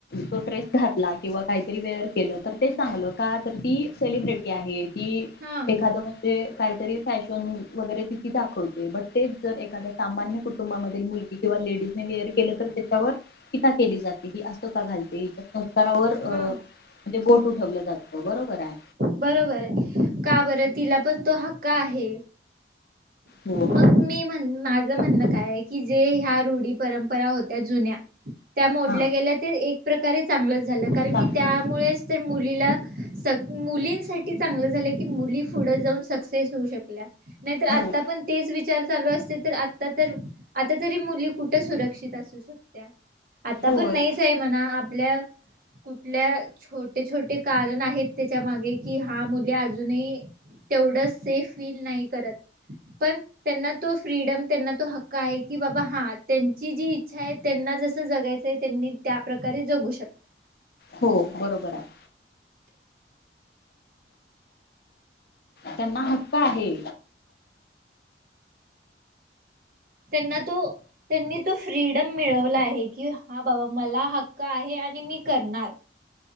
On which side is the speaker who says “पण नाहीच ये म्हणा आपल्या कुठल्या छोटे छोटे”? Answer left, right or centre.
Right